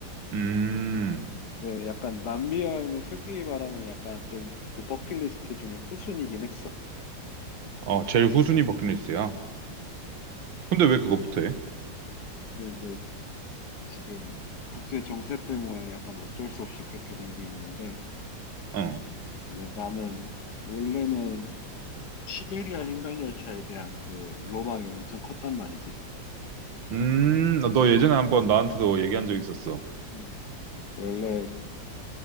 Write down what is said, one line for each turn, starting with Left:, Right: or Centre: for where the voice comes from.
Right: 음.
Left: 네, 약간 남미 여행은 솔직히 말하면 약간 좀 그 버킷리스트 중에 후순이긴 했어.
Right: 어, 제일 후순위 버킷리스트야.
Left: 음.
Right: 근데 왜 그거부터 해?
Left: 근데 이제 지금 국제 정세 때문에 약간 어쩔 수 없이 그렇게 된 게 있는데,
Right: 어.
Left: 이제 나는 원래는 시베리아 횡단열차에 대한 그 로망이 엄청 컸단 말이지.
Right: 음, 너 예전에 한번 나한테도 얘기한 적 있었어.
Left: 음. 원래